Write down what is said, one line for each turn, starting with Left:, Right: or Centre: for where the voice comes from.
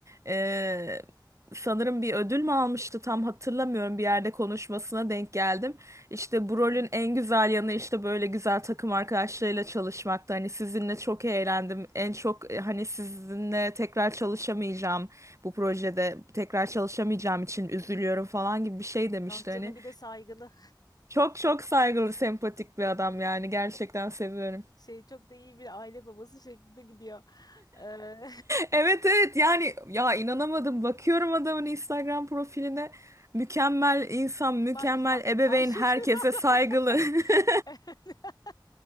Right: E, sanırım bir ödül mü almıştı tam hatırlamıyorum bir yerde konuşmasına denk geldim. İşte
Left: Hmm.
Right: bu rolün en güzel yanı işte böyle güzel takım arkadaşlarıyla çalışmakta. Hani sizinle çok eğlendim. En çok e, hani sizinle tekrar çalışamayacağım bu projede tekrar çalışamayacağım için üzülüyorum falan gibi bir şey demişti
Left: Ah canım
Right: hani.
Left: bir de saygılı.
Right: Çok çok saygılı, sempatik bir adam yani gerçekten seviyorum.
Left: Şey çok da iyi bir aile babası şeklinde gidiyor. Ee,
Right: Evet evet yani ya inanamadım bakıyorum adamın Instagram profiline mükemmel insan
Left: <laughs>
Right: mükemmel
Left: bakma.
Right: ebeveyn
Left: Ayşegül
Right: herkese
Left: bakma.
Right: saygılı. <laughs>
Left: <laughs>